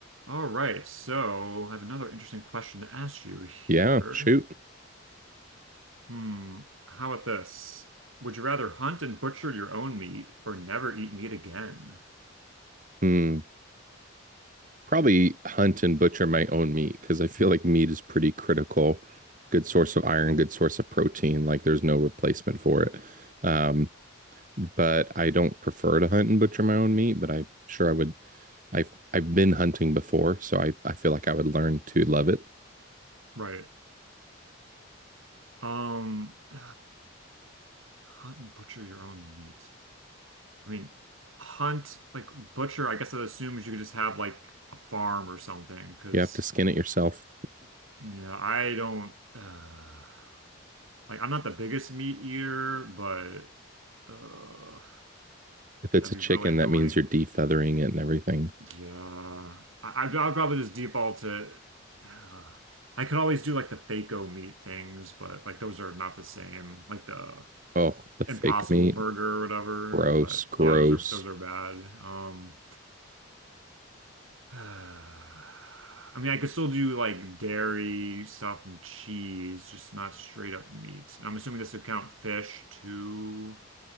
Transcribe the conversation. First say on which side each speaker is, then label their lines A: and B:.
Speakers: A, on the right; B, on the right.
A: All right, so I have another interesting question to ask you here.
B: Yeah, shoot.
A: Hmm, how about this? Would you rather hunt and butcher your own meat or never eat meat again?
B: Hmm. Probably hunt and butcher my own meat because I feel like meat is pretty critical. Good source of iron, good source of protein. Like there's no replacement for it. Um, but I don't prefer to hunt and butcher my own meat, but I'm sure I would. I've I've been hunting before, so I, I feel like I would learn to love it.
A: Right. Um, <sighs> hunt and butcher your own meat. I mean, hunt, like butcher, I guess that assumes you could just have like a farm or something, because,
B: You have to skin it yourself.
A: you know, I don't, uh, like, I'm not the biggest meat eater, but, uh,
B: If it's
A: that'd
B: a
A: be
B: chicken,
A: really annoying.
B: that means you're defeathering it and everything.
A: Yeah, I, I'd, I'd probably just default to. Uh, I could always do like the Faco meat things, but like those are not the same. Like the
B: Oh, the fake
A: Impossible
B: meat.
A: Burger or whatever.
B: Gross,
A: But
B: gross.
A: yeah, those are those are bad. Um, <sighs> I mean, I could still do like dairy stuff and cheese, just not straight up meat. And I'm assuming this would count fish too.